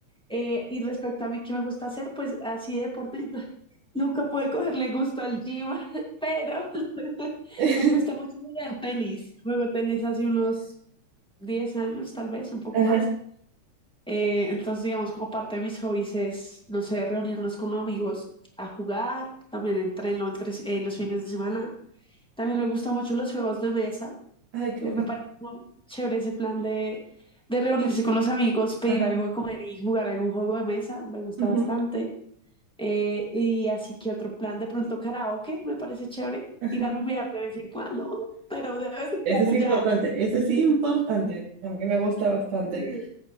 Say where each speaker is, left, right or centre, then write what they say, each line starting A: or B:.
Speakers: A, in the centre; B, on the right.
A: Eh, y respecto a mí, ¿qué me gusta hacer? Pues así de deporte, <laughs> nunca pude cogerle gusto al gym, <laughs> pero <laughs>
B: <laughs>
A: me gusta mucho jugar tenis. Juego tenis hace unos 10 años, tal vez, un poco
B: Ajá.
A: más. Eh, entonces, digamos, como parte de mis hobbies es, no sé, reunirnos con amigos a jugar, también entreno entre, eh, los fines de semana. También me gustan mucho los juegos de mesa.
B: Ay, qué
A: Eh,
B: bonito.
A: me parece muy chévere ese plan de, de reunirse con los amigos, pedir
B: Ajá.
A: algo de comer y jugar algún juego de mesa. Me gusta
B: ujú,
A: bastante. Eh, y así que otro plan, de pronto karaoke, me parece chévere.
B: Ajá.
A: Ir a rumbear de vez en cuando, <laughs> pero de vez en cuando
B: Ese es
A: ya.
B: importante, ese sí importante, a mí me gusta bastante.
A: Sí,